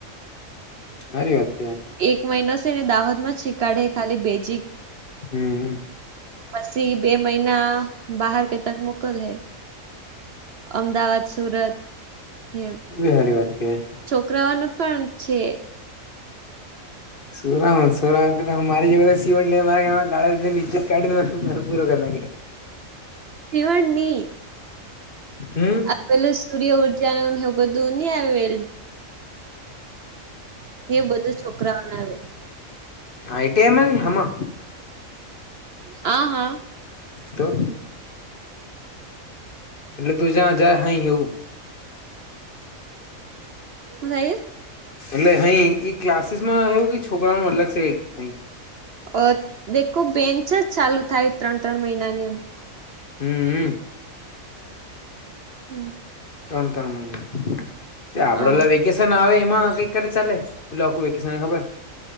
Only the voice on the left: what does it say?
હારી વાત કહેવાય
હમ
એબી સારી વાત કેવાય
છોકરાઓન છોરાઓન તો <unintelligible> <unintelligible> <unintelligible> પૂરો કરના ખેં
હમ
આઈટીઆઇ કે હામાં
તો એટલે તું જ્યાં જાય હહી એવું
એટલે અહી એ ક્લાસીસ માં એવું કઈ છોકરાઓનું અલગ છે નહીં
હમ હમ.
ત્રણ ત્રણ મહિના આપડા
અલા વેકેશન આવે એમાં કંઇક કરે તો ચાલે આખું વેકેશન ખબર